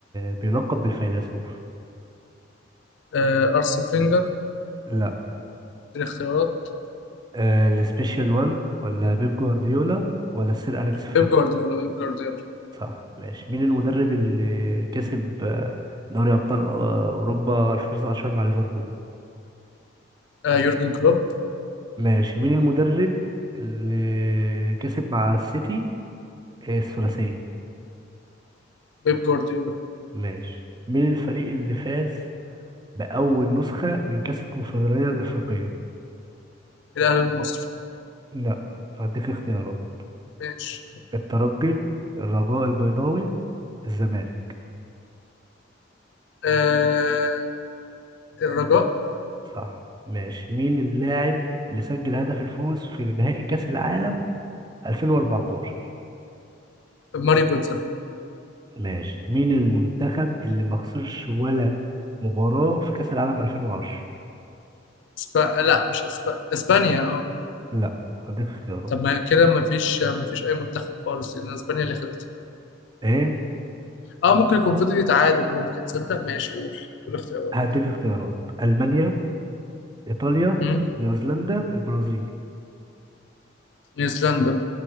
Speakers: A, on the right (about 20°); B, on the left (about 70°).
A: بيلقب بالفيلسوف
B: آه، أرسن فينجر
A: لا
B: اديني اختيارات
A: آه السبيشال وان ولا بيب جوارديولا ولا سير أليكس فريكسون
B: بيب جوارديولا بيب جوارديولا
A: صح ماشي مين المدرب اللي كسب آه، دوري أبطال آه، أوروبا 2019 مع ليفربول
B: آه، يورجن كلوب
A: ماشي مين المدرب اللي كسب مع السيتي آه، الثلاثية
B: بيب جوارديولا
A: ماشي مين الفريق اللي فاز بأول نسخة من كأس الكونفدرالية الإفريقية
B: الأهلي المصري
A: لا هديك اختيارات
B: ماشي
A: الترجي الرجاء البيضاوي الزمالك
B: آه الرجاء
A: صح ماشي مين اللاعب اللي سجل هدف الفوز في نهائي كأس العالم 2014
B: ماري جوتزا
A: ماشي مين المنتخب اللي ما خسرش ولا مباراة في كأس العالم 2010
B: اسب... لا مش اسب... اسبانيا اه
A: لا هديك اختيارات
B: طب ما كده ما فيش ما فيش اي منتخب خالص لان اسبانيا اللي خدتها
A: ايه
B: اه ممكن يكون فضل يتعادل ممكن تصدق ماشي قول الاختيارات
A: هديك اختيارات ألمانيا إيطاليا
B: مم.
A: نيوزيلندا البرازيل
B: نيوزيلندا